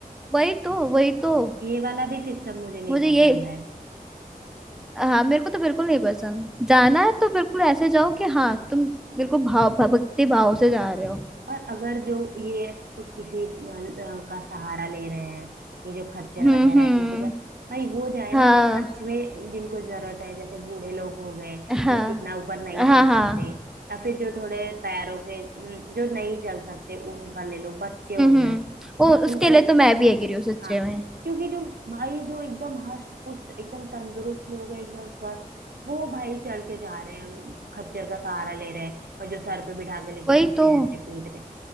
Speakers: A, in the centre; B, on the right.
A: वही तो वही तो
B: ये वाला भी सिस्टम मुझे नहीं
A: मुझे
B: पसंद
A: ये
B: है
A: हाँ मेरे को तो बिल्कुल नहीं पसंद जाना है तो बिल्कुल ऐसे जाओ कि हाँ तुम बिल्कुल भाव भाव- भक्ति भाव से जा रहे हो
B: और अगर जो ये स- किसी अ, अ, का सहारा ले रहे हैं ये जो खच्चर
A: हम्म
B: वगैरह
A: हम्म
B: है इनके जा, भाई वो जाए
A: हाँ
B: ना जो सच में जिनको जरूरत है जैसे बूढ़े लोग हो गए
A: हाँ
B: जो इतना ऊपर नहीं
A: हाँ
B: चल
A: हाँ
B: सकते या फिर जो थोड़े पैरों के न- जो नहीं चल सकते उनका ले लो बच्चे हो
A: हम्म हम्म
B: गए
A: ओ उसके
B: उनका ले
A: लिए
B: लो
A: तो मैं भी एग्री हूँ सच्चे
B: हाँ
A: में
B: क्योंकि जो भाई जो एकदम हष्ट पुष्ट एकदम तंदुरुस्त लोग हैं एकदम स्वस्थ वो भाई चढ़ के जा रहे हैं खच्चर का सहारा ले रहे हैं और जो सर पे बिठा के लेके
A: वही
B: जाते
A: तो
B: हैं ऐसे पीठ पे